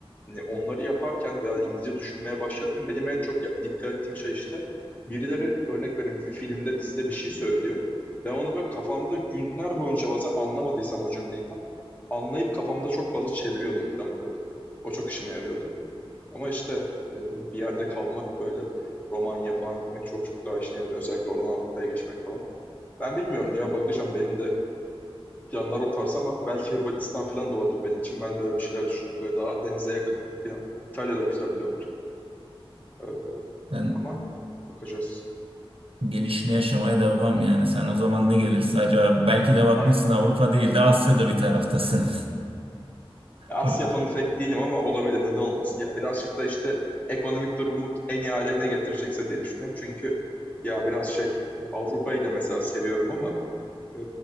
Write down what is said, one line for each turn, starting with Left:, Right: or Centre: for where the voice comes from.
Left: Hani onları yaparken veya İngilizce düşünmeye başlarken benim en çok dikkat ettiğim şey işte birileri örnek vereyim bir filmde dizide bir şey söylüyor. Ben onu böyle kafamda günler boyunca bazen anlamadıysam o cümleyi tam anlayıp kafamda çok fazla çeviriyordum falan böyle. O çok işime yarıyordu. Ama işte e, bir yerde kalmak böyle Romanya falan gitmek çok çok daha işine yarıyor. Özellikle oradan Avrupa'ya geçmek falan. Ben bilmiyorum ya bakacağım benim de planlar o tarz ama belki Hırvatistan falan da olabilir benim için. Ben de öyle bir şeyler düşünüyorum. Böyle daha denize yakın falan. İtalya güzel diyorlar. Ee,
Right: Ben
Left: ama bakacağız.
Right: Gelişini yaşamaya devam yani. Sen o zaman ne gelirse acaba
Left: Ya,
Right: belki de bakmışsın
Left: ah,
Right: Avrupa değil de Asya'da bir taraftasın.
Left: ya Asya
Right: <laughs>
Left: fanı pek değilim ama olabilir. Neden olmasın? Ya birazcık da işte ekonomik durumu en iyi hale ne getirecekse diye düşünüyorum. Çünkü ya biraz şey hani Avrupa'yı da mesela seviyorum ama e,